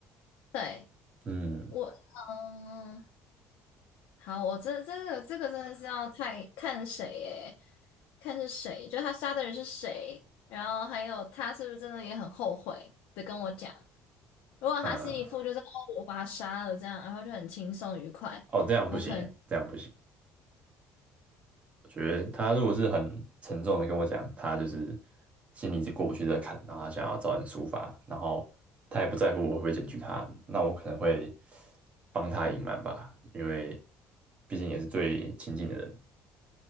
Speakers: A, on the left; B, on the right.
A: 对，
B: 嗯
A: 我，嗯，好，我这这个这个真的是要太看谁诶，看是谁，就他杀的人是谁，然后还有他是不是真的也很后悔的跟我讲。如果他是一副就是哦，
B: 嗯，呃
A: 我把他杀了这样，然后就很轻松愉快。
B: 哦，这样不行耶，
A: 我可能。
B: 这样不行。我觉得他如果是很沉重的跟我讲，他就是心里是过不去这个坎，然后他想要找人抒发，然后他也不在乎我会不会检举他，那我可能会帮他隐瞒吧，因为毕竟也是最亲近的人。